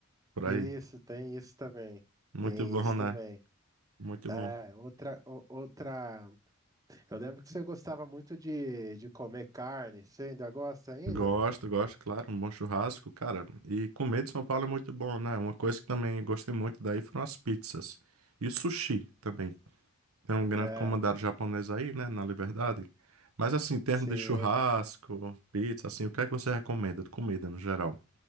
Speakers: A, on the right; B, on the right.
A: por
B: Isso,
A: aí.
B: tem isso também.
A: Muito
B: Tem
A: bom,
B: isso
A: né?
B: também.
A: Muito
B: É,
A: bom.
B: outra, o- outra. Eu lembro que você gostava muito de, de comer carne. Você ainda gosta ainda?
A: Gosto, gosto, claro. Um bom churrasco, cara. E comer de São Paulo é muito bom, né? Uma coisa que também gostei muito daí foram as pizzas. E o sushi também. Tem um grande
B: É,
A: comandante japonês aí, né, na Liberdade. Mas assim, em termos
B: sim.
A: de churrasco, pizza, assim, o que é que você recomenda de comida no geral?